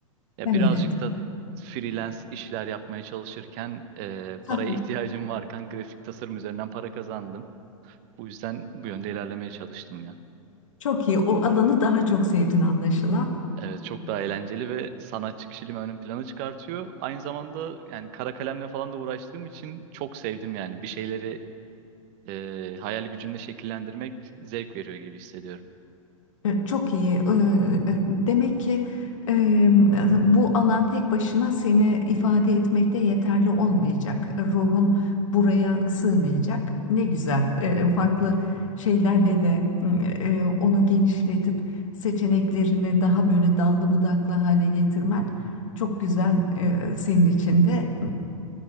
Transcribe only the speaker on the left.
evet.
Hah,
Çok iyi. O alanı daha çok sevdin anlaşılan.
E, Çok iyi. E, e, Demek ki e, bu alan tek başına seni ifade etmekte yeterli olmayacak. Ruhun buraya sığmayacak. Ne güzel. E, Farklı şeylerle de e, onu genişletip seçeneklerini daha böyle dallı budaklı hale getirmen çok güzel e, senin için de.